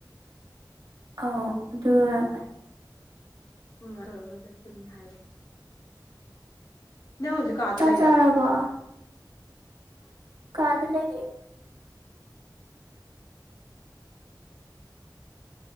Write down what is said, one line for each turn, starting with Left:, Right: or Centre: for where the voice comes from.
Right: ꯑꯥꯎ ꯑꯗꯨ ꯑꯣꯏꯔꯝꯒꯅꯤ
Left: ꯎꯝ ꯆꯠꯀꯅꯤ ꯍꯥꯏꯕ ꯅꯪ ꯍꯧꯖꯤꯛꯀꯥꯗ
Right: ꯆꯥꯛ
Left: ꯂꯩꯔ
Right: ꯆꯥꯔꯕꯣ ꯀꯗ ꯂꯩꯌꯦꯦ